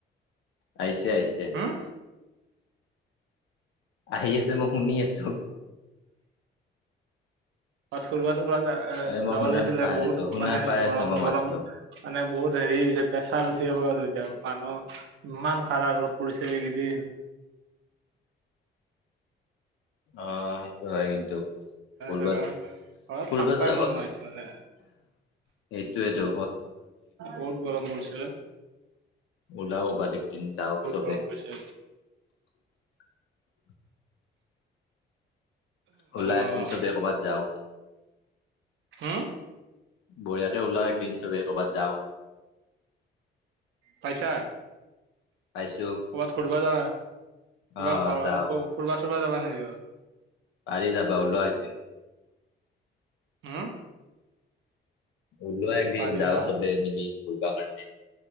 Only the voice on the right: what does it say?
হুম,
ক'বাত ফুর্বা সুৰ্বা এ
যাব
লাগিছিলে
বহুত
মানে
গৰম
গৰম
মানে বহুত। হেৰি হৈছে প্ৰেছাৰ বেছি হব আৰু এতিয়া মানুহ ইমান কাৰা ৰ'দ পৰিছে এইকেইদিন।
জাগা ঘৰত
থাকবাই
মন
নোহোৱা হৈছে মানে
বহুত গৰম পৰিছে ৰে।
গৰম পৰিছে।
অ'।
হুম
পাইছা।
ক'ৰবাত ঘূৰিবা যাবা কিবা
ঘৰ
ফব চুবা যাবা নেকি অ।
হম
পাৰি
ন